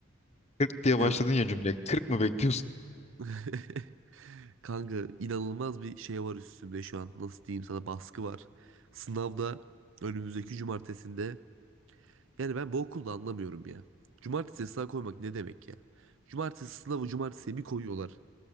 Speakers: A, on the left; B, on the right.
A: 40 diye
B: yani
A: başladın ya cümleye. 40 mı bekliyorsun?
B: <laughs> kanka inanılmaz bir şey var üstümde şu an. Nasıl diyeyim sana baskı var. Sınavda önümüzdeki cumartesinde Yani ben bu okulda anlamıyorum ya. Cumartesi sınav koymak ne demek ya? Cumartesi sınavı cumartesiye bir koyuyorlar.